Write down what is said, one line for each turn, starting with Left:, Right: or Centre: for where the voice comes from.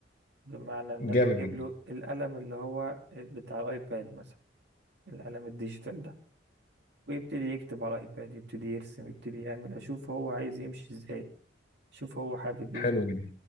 Right: بمعنى ان
Left: جامد
Right: انا اجيب
Left: جدا
Right: له القلم اللي هو آه، بتاع الايباد مثلا القلم الديجيتال ده ويبتدي يكتب على الايباد يبتدي يرسم يبتدي يعمل اشوف هو عايز يمشي ازاي شوف هو حابب
Left: حلو
Right: ايه
Left: جدا